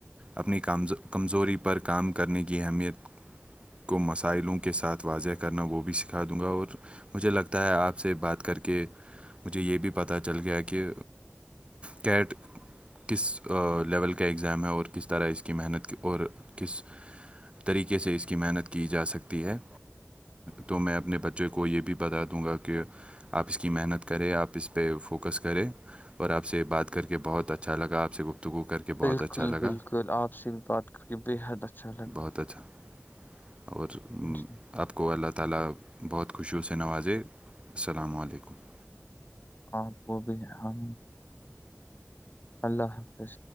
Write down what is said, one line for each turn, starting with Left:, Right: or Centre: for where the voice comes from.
Right: اپنی کامز کمزوری پر کام کرنے کی اہمیت کو مسائلوں کے ساتھ واضح کرنا وہ بھی سکھا دوں گا اور مجھے لگتا ہے آپ سے بات کر کے مجھے یہ بھی پتہ چل گیا کہ کیٹ <unintelligible> کس لیول کا ایگزام ہے اور کس طرح اس کی محنت اور کس طریقے سے اس کی محنت کی جا سکتی ہے تو میں اپنے بچے کو یہ بھی بتا دوں گا کہ آپ اس کی محنت کرے آپ اس پہ فوکس کرے اور آپ سے بات کر کے بہت اچھا اچھا لگ آپ سے گفتگو کر کے بہت
Left: بالکل
Right: اچھا لگا
Left: بالکل آپ سے بھی بات کر کے بےحد اچھا لگا
Right: بہت اچھا اور
Left: جی
Right: اپ کو اللہ تعالی بہت خوشیوں سے نوازے السلام علیکم
Left: آپ کو بھی ہم اللہ حافظ